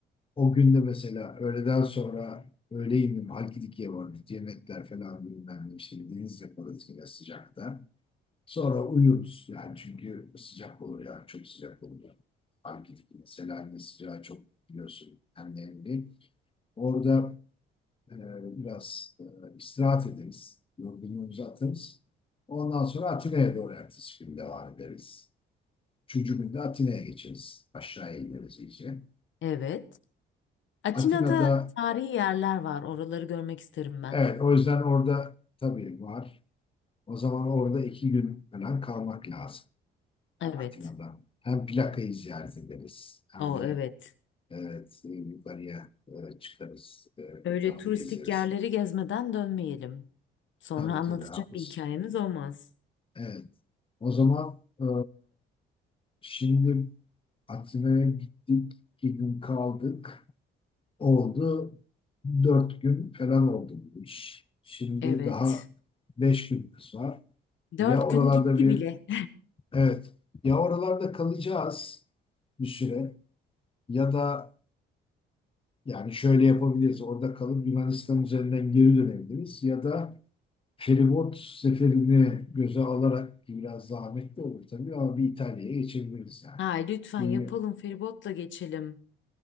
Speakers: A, on the left (about 25°); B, on the left (about 70°).
A: o günde mesela öğleden sonra öğleyin Halkidiki'ye varırız. Yemekler falan bilmem ne işte bir deniz yaparız yine sıcakta. Sonra uyuruz yani çünkü sıcak olur ya çok sıcak olur. ya. mesela ne sıcağı çok biliyorsun hem nemli. Orada e, biraz e, istirahat ederiz. Yorgunluğumuzu atarız. Ondan sonra Atina'ya doğru ertesi gün devam ederiz. Üçüncü günde Atina'ya geçeriz. Aşağıya ineriz iyice.
B: Evet. Atina'da
A: Atina'da
B: tarihi yerler var. Oraları görmek isterim ben.
A: evet o yüzden orada tabii var. O zaman orada iki gün falan kalmak lazım. Hem
B: Evet.
A: Atina'da hem plakayı ziyaret ederiz. Hem
B: O
A: de
B: evet.
A: Evet, e, yukarıya e, çıkarız, e, etrafı
B: Öyle turistik
A: gezeriz.
B: yerleri gezmeden dönmeyelim. Sonra
A: Tabii
B: anlatacak
A: tabii, haklısın.
B: bir hikayemiz olmaz.
A: Evet, o zaman e, şimdi Atina'ya gittik, iki gün kaldık. Oldu, dört gün falan oldu bu iş. Şimdi
B: Evet.
A: daha beş günümüz var.
B: Dört
A: Ya oralarda
B: gün gitti
A: bir,
B: bile.
A: evet, ya oralarda kalacağız bir süre ya da yani şöyle yapabiliriz, orada kalıp Yunanistan üzerinden geri dönebiliriz ya da feribot seferini göze alarak ki biraz zahmetli olur tabii ama bir İtalya'ya geçebiliriz
B: <laughs>
A: yani.
B: Ay lütfen
A: Çünkü
B: yapalım feribotla geçelim.